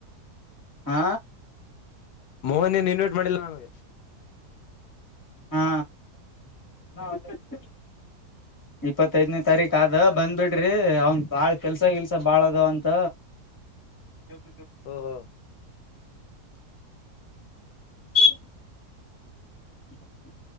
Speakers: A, on the left; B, on the left.
A: ಹಾ
B: ಮೋಹನ ನಿನ್ನ <inaudible> ಮಾಡಿಲ್ಲ ನಮಗೆ
A: ಹಾ <inaudible> ಇಪ್ಪತ್ತೈದನೇಾರೀು ಆದ ಬಂದ್ಬಟ್ಟು ಡ್ರಿ ಅವನ್ ಬಾಳ್ ಕೆಲ್ಸ ಕೆಲ್ಸ ಬಾಳ ಅದಾವಂತ ಯಕ <inaudible>
B: ಓಹೋ
A: ಹ್ಮ <inaudible> ಹ್ಮ <inaudible>